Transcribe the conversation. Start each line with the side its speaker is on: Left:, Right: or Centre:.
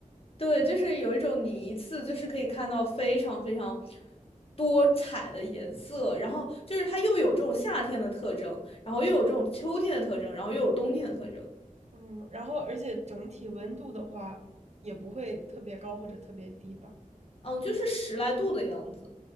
Left: 对，就是有一种你一次就是可以看到非常非常。多彩的颜色，然后就是它又有这种夏天的特征，然后又有这种秋天的特征，然后又有冬天的特征，
Right: 嗯，然后而且整体温度的话，也不会特别高或者特别低吧？
Left: 嗯，就是十来度的样子，